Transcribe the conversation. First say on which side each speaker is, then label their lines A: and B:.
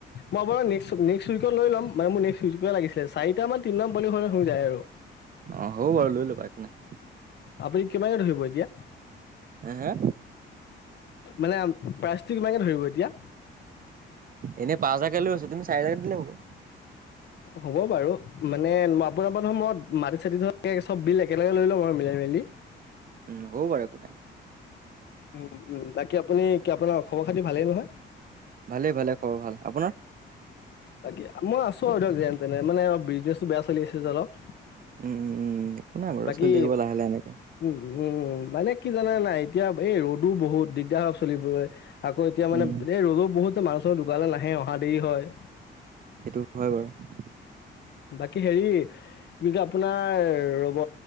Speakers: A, on the left; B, on the right.
A: মই বাৰু নেক্সট নেক্সট উইক লৈ ল'ম মানে মোৰ নেক্সট উইকে লাগিছিলে চাই। টামান তিনিটামান পোৱালি হলে হৈ যায় আৰু।
B: অ', হ'ব বাৰু লৈ লবা একো নাই।
A: আপুনি কিমানকে ধৰিব এতিয়া।
B: হে হে
A: মানে প্ৰাইচটো কিমানাকে ধৰিব এতিয়া।
B: এনে পাজ হাজাৰকে লৈ আছো চাৰিহাজাৰকে দিলে হব।
A: হ'ব বাৰু মানে আপোনাৰপৰা নহয় ময় মাটি চাটি ধক চব বিল একেলগে লৈ ল'ম আৰু মিলাই মেলি।
B: উ হব বাৰু একোটাই।
A: উ উম বাকী আপুনি কি আপোনাৰ খবৰ খাতি ভালেই নহয়।
B: ভালে ভালে খবৰ ভাল আপোনাৰ।
A: বাকী মই আছো আৰু ধক যেন তেনে মানে অল বিজনেচো বেয়া চলি আছে যে অলপ।
B: উম উম উম একো নাই বাৰু
A: বাকী
B: চলি থাকিব লাহে লাহে এনেকে
A: উ উম মানে। কি জানে নাই এতিয়া এই ৰ'দো বহুত দিগদাৰ হায় চলিবলে। আকৌ এতিয়া মানে
B: উম
A: এই ৰ'দো বহুত মানুহ চ দোকালে নাহে অহা দেৰি হয়।
B: হেতু হয় বাৰু।
A: বাকী হেৰি। বুলি কে আপোনাৰ ৰ'ব